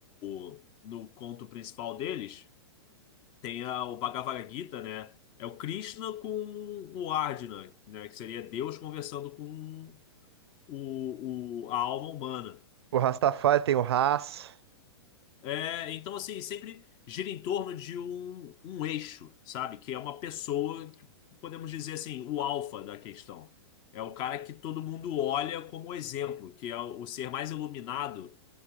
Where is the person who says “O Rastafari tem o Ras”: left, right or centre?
Right